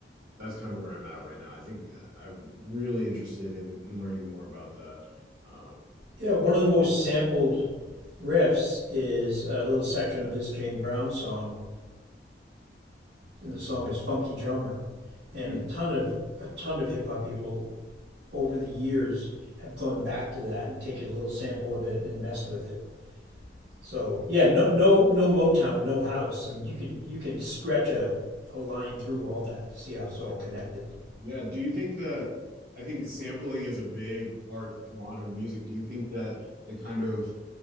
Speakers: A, on the right; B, on the right.
A: that's kind of where I'm at right now I think uh, I'm really interested in in learning more about that uh,
B: yeah. One of the most sampled riffs is a little section of this Jane Brown song and the song is Funky Drummer. And
A: mm.
B: a ton of a ton of hip hop people over the years have gone back to that and taken a little sample of it and messed with it. So yeah, no no no Motown, no house. I mean you can you can stretch a, a line through all that to see how it's all connected.
A: yeah do you think that I think sampling is a big part of modern music do you think that it kind of